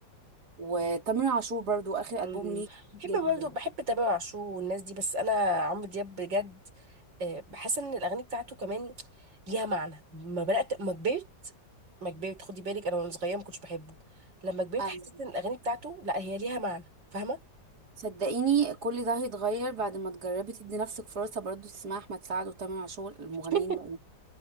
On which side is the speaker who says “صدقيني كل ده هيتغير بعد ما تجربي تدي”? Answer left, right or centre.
Right